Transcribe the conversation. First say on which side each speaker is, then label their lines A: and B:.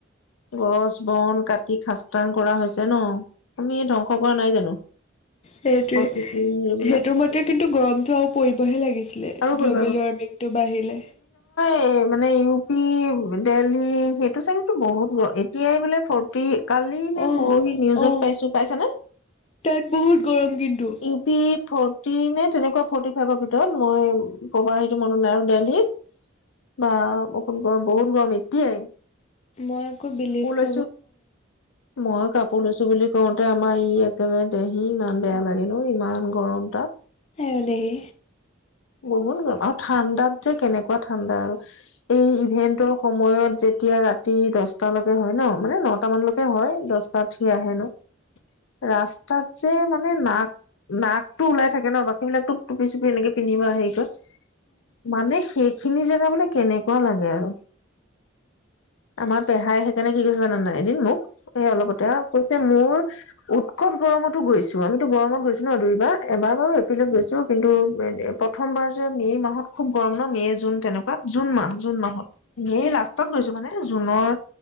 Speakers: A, on the left; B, on the left.
A: গছ। বন কাটি খাসতাং কৰা হৈছে ন আমি ধ্বংস কৰা নাই জানো।
B: সেইটোৱে,
A: প্ৰকৃতিৰ হেৰিবিলাক
B: সেইটোৰ
A: সেইটো
B: মতে কিন্তু গৰমতটো আৰু পৰিবহে লাগিছিলে
A: আৰু কৰিবা
B: গ্ল'বেল ৱাৰ্মিংটো বাঢ়িলে।
A: এ মানে ইউ পি দেলহি সেইটো চাগতো বহুত এ। এতিয়াই বোলে ফৰটি কালি নে
B: অ',
A: পৰহি নিউজত
B: অ',
A: পাইছো পাইছানে?
B: তাত বহুত গৰম কিন্তু
A: ইউ পি ফ ফটি তেনেকুৱা ফৰ্টি ফাইভৰ ভিতৰত মই পপাৰ হেৰিটো মনত নাই আৰু দেলহিত বা বহুত গৰম - বহুত গৰম এতিয়াই।
B: মই আকৌ বিলিভ
A: <inaudible>
B: ক
A: মই কাপোৰ লৈছো বুলি ক কওঁতে আমাৰ ই আকৌ একেবাৰে দেহি ইমান বেয়া লাগে ন? ইমান গৰম তাত।
B: আইঅ' দেহি।
A: বহুত গৰম আৰু ঠাণ্ডাত যে কেনেকুৱা ঠাণ্ডা আৰু এই ইভেন্টৰ সময়ত যেতি এতিয়া ৰাতি দহটালৈকে হয় ন? মানে নটা মানলৈকে হয় দচটাত সি আহে ন? ৰাস্তাত যে মানে নাক। নাকটো ওলাই থাকে ন' বাকী বিলাকতো। টুপী-চুপী এনেকে পিন্ধিবা আহি ক'ত? মানে সেইখিনি যে যাব কেনেকুৱা লাগে আৰু, আমাৰ পেহাই সেইকাৰণে কি কৈছে জানানে নাই এদিন মোক। সেই অলপতে আউ কৈছে মোৰ উৎকট গৰমতো গৈছো আমিতো গৰমত গৈছো ন, দুই দুইবাৰ এবাৰ বাৰু এপ্ৰিলত গৈছো কিন্তু <unintelligible> প্ৰথমবাৰ যে মে' মাহত খুব গৰম ন মে' জুন তেনেকুৱা? জুন মাহ, জুন মাহত। মে' লাষ্টত গৈছো মানে জুনৰ